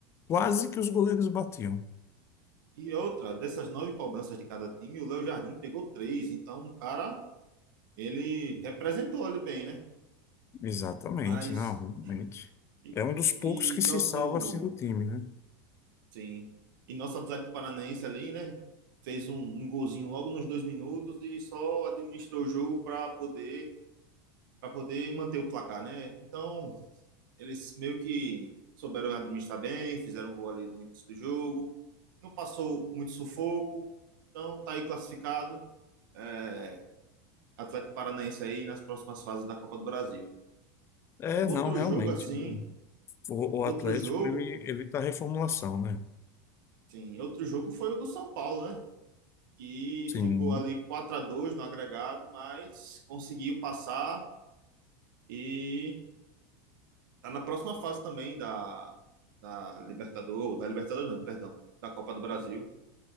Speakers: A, on the left; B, on the right.
A: quase que os goleiros batiam.
B: E outra, dessas nove cobranças de cada time, o Léo Jardim pegou três. Então, um cara Ele representou ali bem, né?
A: Exatamente,
B: Mas
A: não, realmente.
B: e,
A: É um dos poucos
B: e
A: que se
B: nosso,
A: salva assim do time, né?
B: sim, e nosso Atlético Paranaense ali, né? Fez um, um golzinho logo nos dois minutos e só administrou o jogo para poder para poder manter o placar, né? Então eles meio que souberam administrar bem, fizeram um gol ali no início do jogo, não passou muito sufoco, então tá aí classificado. É, Atlético Paranaense aí nas próximas fases da Copa do Brasil.
A: É,
B: Outro
A: não, realmente.
B: jogo assim,
A: O, o
B: outro
A: Atlético,
B: jogo
A: ele, ele tá reformulação, né?
B: Sim, outro jogo foi o do São Paulo, né? Que
A: Sim,
B: ficou ali 4 a 2 no agregado, mas conseguiu passar e tá na próxima fase também da, da Libertadores, da Libertadores não, perdão, da Copa do Brasil.